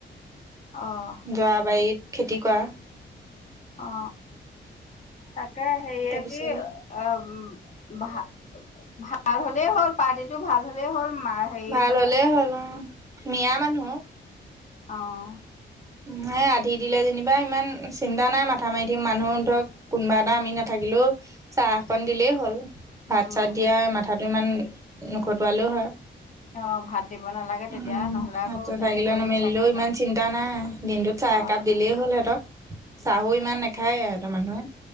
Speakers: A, on the left (about 40°); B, on the right (about 15°).
A: অ',
B: যোৱা বাৰীত খেতি কৰা।
A: অ, তাকে সেৰিয়ে
B: তাৰপিছত
A: কি, আহ। ভ ভাল হ'লেই হ'ল পাৰ্টিটো ভাল হলেই হ'ল। মা হেৰি
B: ভাল হ'লে হ'ল। অ, মিয়া মানুহ
A: অহ
B: উম হে আধি দিলে যেনিবা ইমান চিন্তা নাই মাথা মাৰি থাকিম মানুহ অন্তত কোনোবা এটা আমি নেথাকিলে লো চাহকন দিলে হ'ল ভাত
A: উম,
B: চাত দিয়া মাথাটো ইমান নখটোৱালেও হয়।
A: অ', ভাত দিব নালাগে
B: উহু
A: তেতিয়া নহ'লে আকৌ
B: হাত-চাত
A: নিজে
B: ভাঙিলে
A: কৰিলে
B: না মেলিলেও
A: চবতে
B: ইমান
A: লাগে।
B: চিন্তা নাই। দিনটোত চাহ
A: অ',
B: একাপ দিলেই হ'ল সিহঁতক চাহো ইমান নেখায় এ সিহঁতৰ মানুহে